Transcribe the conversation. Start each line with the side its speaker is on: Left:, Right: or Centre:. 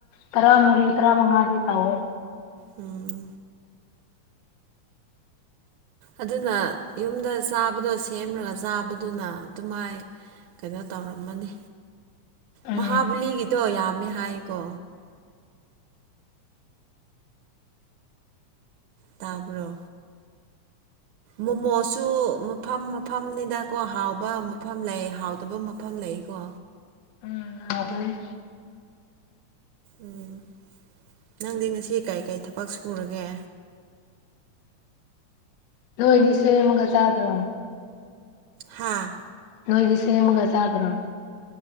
Left: ꯇꯔꯥꯃꯔꯤ ꯇꯔꯥ ꯃꯉꯥꯗꯤ ꯇꯧꯋꯦ
Right: ꯎꯝ ꯑꯗꯨꯅ ꯌꯨꯝꯗ ꯆꯥꯕꯗꯣ ꯁꯦꯝꯔꯒ ꯆꯥꯕꯗꯨꯅ ꯑꯗꯨꯃꯥꯏ ꯀꯩꯅꯣ ꯇꯧꯔꯝꯃꯅꯤ
Left: ꯎꯝ
Right: ꯃꯍꯥꯕꯂꯤꯒꯤꯗꯣ ꯌꯥꯝꯃꯦ ꯍꯥꯏꯀꯣ ꯇꯥꯕ꯭ꯔꯣ ꯃꯣꯃꯣꯁꯨ ꯃꯐꯝ ꯃꯐꯝꯅꯤꯗꯀꯣ ꯍꯥꯎꯕ ꯃꯐꯝ ꯂꯩ ꯍꯥꯎꯗꯕ ꯃꯐꯝ ꯂꯩꯀꯣ
Left: ꯎꯝ <unintelligible>
Right: ꯎꯝ ꯅꯪꯗꯤ ꯉꯁꯤ ꯀꯩ ꯀꯩ ꯊꯕꯛ ꯁꯨꯔꯒꯦ
Left: ꯅꯣꯏꯗꯤ ꯁꯣꯏ ꯑꯃꯒ ꯆꯥꯗꯔꯣ
Right: ꯍꯥꯥ
Left: ꯅꯣꯏꯗꯤ ꯁꯦꯝꯃꯒ ꯆꯥꯗ꯭ꯔꯣ